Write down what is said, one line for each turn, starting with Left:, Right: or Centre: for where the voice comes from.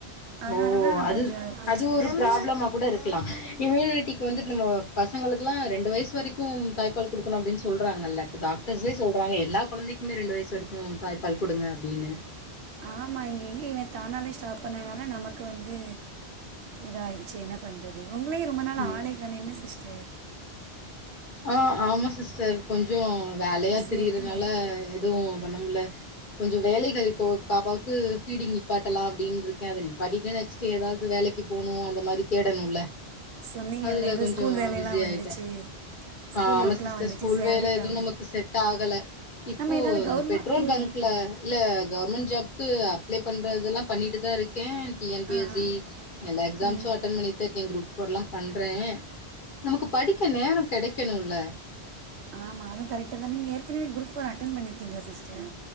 Right: அதனாலதா
Left: ஓ அது
Right: கொஞ்சோ பிரச்சனையாயிருச்சு
Left: அது ஒரு ப்ராப்ளமா கூட இருக்கலா இம்யூனிட்டிக்கு வந்து நம்ம பசங்களுக்லா ரெண்டு வயசு வரைக்கும் தாய்பா பால் கொடுக்கணு அப்படினு சொல்றாங்கல டாக்டர்ஸே சொல்றாங்க எல்லா குழந்தைக்குமே ரெண்டு வயசு வரைக்கு தாய் பால் கொடுங்க அப்டின்னு
Right: ஆமா இங்கே இங்கே இவ தானாவே ஸ்டாப் பண்ணதுனால நமக்கு வந்து இதாயிருச்சு என்னா பண்ணுறது உங்களையு ரொம்ப நாள்
Left: ம்
Right: ஆளைக்கனின்னு சிஸ்டர்
Left: ஆஹ் ஆமா சிஸ்டர் கொஞ்சோ வேலையா
Right: பிஸி
Left: திரியறனால
Right: ஆகிட்டீங்க
Left: எதுவு பண்ணமுல்ல கொஞ்சோ வேலைகள் இப்போ பாப்பாவுக்கு ஃபீடிங் நிப்பாட்டலா அப்டினு இருக்கே அத நிப்பாட்டிட்டு நெக்ஸ் கே எதாவது வேலைக்கு போணு அந்த மாரி தேடணுல
Right: சொன்னீங்கல்ல
Left: அதுல
Right: ஏதோ
Left: கொஞ்சோ
Right: ஸ்கூல் வேலையெல்லாம்
Left: பிஸியா ஆய்ட்டே
Right: <inaudible>
Left: ஆஹ் ஆமா
Right: ஒர்க்லாம்
Left: சிஸ்டர்
Right: வந்துச்சு
Left: ஸ்கூல்
Right: சேலரி
Left: வேல எதுவு
Right: கம்மி
Left: நமக்கு செட் ஆகல இப்போ
Right: நம்ம ஏதாவது கவர்மெண்ட்
Left: இந்த பெட்ரோல்
Right: இல்லை
Left: பங்க் இல்ல இல்ல கவர்மெண்ட் ஜாப்கு அப்ளை பண்றதுல்லா பண்ணிட்டு தா இருக்கே டி என் பி
Right: ஆ ஆ.
Left: எஸ் சி எல்லா எக்ஸாம்ஸு
Right: ம்
Left: அட்டன் பண்ணி தா இருக்கே குரூப் போர் லா பண்றே நமக்கு படிக்க நேரோ கிடைக்கணுல்ல
Right: ஆமா அதுவு கரெக்டு தா நீங்க ஏற்கனவே குரூப் ஃபோர் அட்டென் பண்ணிருக்கீங்ளா சிஸ்டர்